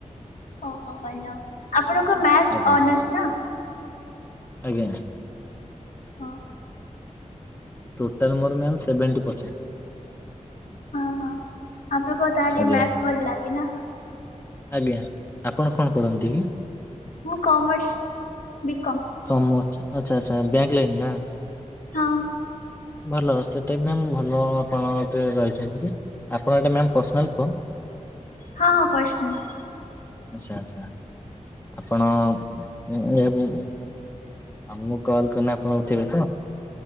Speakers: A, on the left; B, on the left.
A: ଅହ ଭଲ ଆପଣଙ୍କ ମ୍ୟାସ୍
B: ଆଜ୍ଞା
A: ଅନର୍ସ ନା?
B: ଆଜ୍ଞା।
A: ହ ହଉ।
B: ଟୋଟାଲ୍ ମୋର ମ୍ୟାମ୍ ସେଭେଣ୍ଟି ପରଛେଁ।
A: ହଁ ହଁ ଆପଣଙ୍କୁ ଆଉ ତାହେଲେ
B: ଆଜ୍ଞା
A: ମ୍ୟାଥ ଭଲ ଲାଗେ ନାଁ?
B: ଆଜ୍ଞା ଆପଣ କଣ ପରନ୍ତି କି?
A: ମୁଁ କମର୍ସ ବି କମ୍।
B: କମର୍ସ ଆଚ୍ଛା ଆଚ୍ଛା ବ୍ୟାଙ୍କ୍ ଲାଇନ୍ ନାଁ?
A: ହଁ।
B: ଭଲ ସେଟା ବି ମ୍ୟାମ୍ ଭଲ ଆପଣ ଓଉତିରେ ରହିଛନ୍ତି ଯେ। ଆପଣ ଏଟା ମ୍ୟାମ୍ ପର୍ସନାଲ୍ ଫୋନ୍?
A: ହଁ ପର୍ସନାଲ୍।
B: ଆଚ୍ଛା ଆଚ୍ଛା ଆପଣ ଏ ଉଁ ଆପଣୁ କଲ୍ କନେ ଆପଣ ଉଠେଇବେ ତ?